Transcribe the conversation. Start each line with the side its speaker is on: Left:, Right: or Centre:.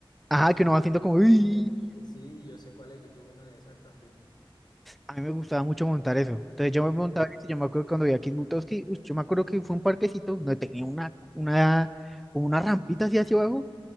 Centre: Ajá, que uno va haciendo como. "Uy".
Left: Eh, sí, yo sé cuál es, yo tuve una de esas también.
Centre: A mí me gustaba mucho montar eso. Entonces yo
Left: Uy,
Centre: me montaba eso. y Yo me acuerdo que cuando vi a Kit Butowski, uy, yo me acuerdo que fue un parquecito donde tenía una, una, como una rampita así hacia abajo